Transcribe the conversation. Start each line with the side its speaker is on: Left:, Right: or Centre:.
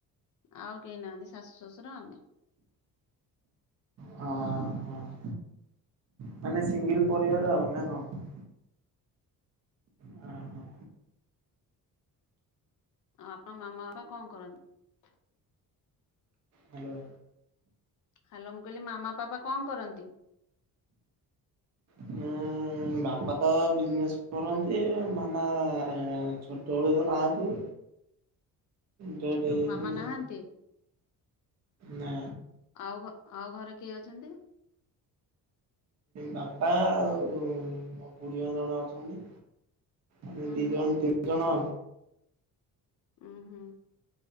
Left: ଆଉ କେହି ନାହାନ୍ତି। ଶାଶୁ ଶ୍ୱଶୁର ଆମେ।
Right: ହଁ ହଁ। ମାନେ ସିଙ୍ଗଲ ପରିବାର ଆଉ ନା କଣ? ହଁ ହଁ।
Left: ଆପଣଙ୍କ ମାମା ବାପା କଣ କରନ୍ତି?
Right: ହ୍ୟାଲୋ।
Left: ହ୍ୟାଲୋ ମୁଁ କହିଲି ମାମା ପାପା କଣ କରନ୍ତି?
Right: ଉଁ ବାପା ତ ବିଜନେସ କରନ୍ତି? ମାମା ଛୋଟବେଳୁ ତ ନାହାନ୍ତି। ଡେଥ୍
Left: ଛୋଟ
Right: ହେଇଯାଇଛନ୍ତି
Left: ମାମା ନାହାନ୍ତି
Right: ନା
Left: ଆଉ ଆଉ ଘରେ କିଏ ଅଛନ୍ତି?
Right: ବାପା ଆଉ ମୋ ପୁଡିଆ ଜଣେ ଅଛନ୍ତି। ଆମେ
Left: ଉଁ
Right: ଦି
Left: ହୁଁ
Right: ଜଣ ତିନି ଜଣ।
Left: ଉମ୍ଁ ହୁଁ।